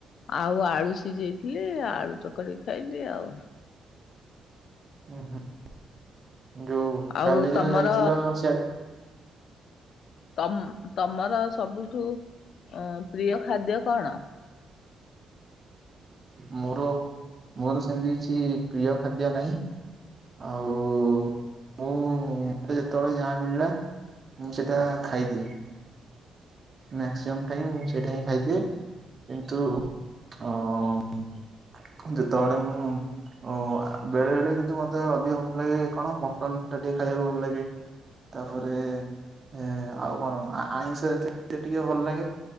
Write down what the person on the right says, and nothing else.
ଉଁ ହୁଁ ଯୋଉ
କାଲି
ଯୋଉ ଯାଇଥିଲ ସିଆ
ମୋର ମୋର ସେମିତି କିଛି ପ୍ରିୟ ଖାଦ୍ୟ ନାଇଁ। ଆଉ ମୁଁ ମତେ ଯେତଳେ ଯାହା ମିଳିଲା ମୁଁ ସେଟା ଖାଇଦିଏଁ। ମାକ୍ସିମମ୍ ଟାଇମ୍ ମୁଁ ସେଇଟା ହିଁ ଖାଇଦିଏ। କିନ୍ତୁ ଅ ଯେତଳେ ମୁଁ ଓ ବେଳେ ବେଳେ କିନ୍ତୁ ମତେ ଅଧିକ ଭଲ ଲାଗେ କଣ ମଟନଟା ଟିକେ ଖାଇବାକୁ ଭଲ ଲାଗେ। ତାପରେ ଏ ଆଉ କଣ ଆ ଆଇଁଷ ଏତେ ତେ ଟିକେ ଭଲ ଲାଗେ